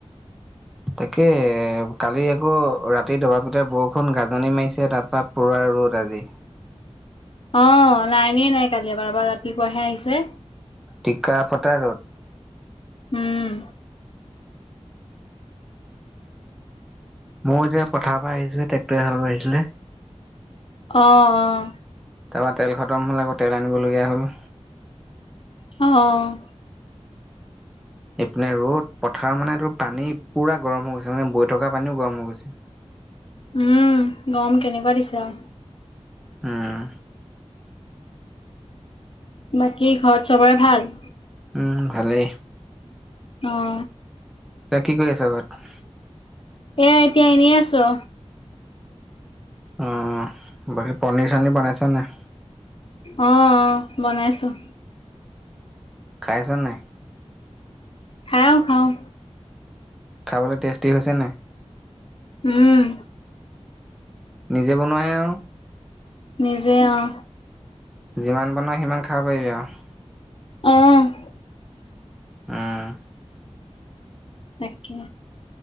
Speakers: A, in the centre; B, on the left (about 50°).
A: তাকে এ, কালি আকৌ ৰাতি দবাপিটা বৰষুণ, গাজনি মাৰিছে, তাৰ পৰা পুৰা ৰ'দ আজি।
B: অ' লাইনে নাই কালিৰ পৰা। এবাৰ ৰাতিপুৱাহে আহিছে।
A: টিকা ফটা ৰ'দ।
B: উম।
A: মই যেতিয়া পথাৰৰ পৰা আহিছিলো, ট্ৰেক্টৰে হাল বাই আছিলে।
B: অ', অ'।
A: তাৰপা তেল খতম হ'ল আকৌ তেল আনিবলগীয়া হ'ল।
B: অ'।
A: এইপিনে ৰ'দ। পথাৰ মানে তোৰ পানী পুৰা গৰম হৈ গৈছে মানে বৈ থকা পানীও গৰম হৈ গৈছে।
B: উম, গম কেনেকুৱা দিছো আৰু।
A: উম।
B: বাকী ঘৰত চবৰে ভাল?
A: উম, ভালেই।
B: অ'।
A: এতিয়া কৰি আছা ঘৰত?
B: এয়া এতিয়া এনেই আছো।
A: অ' বাকী পনীৰ চনিৰ বনাইছ নাই?
B: অ', অ' বনাইছোঁ।
A: খাইছ নে নাই?
B: খাওঁ খাওঁ।
A: খাবলৈ টেষ্টি হৈছে নে নাই?
B: উম।
A: নিজে বনোৱাহে আৰু।
B: নিজে অ'।
A: যিমান বনাই সিমান খাব পাৰিবি আৰু।
B: অ'।
A: উম।
B: তাকে।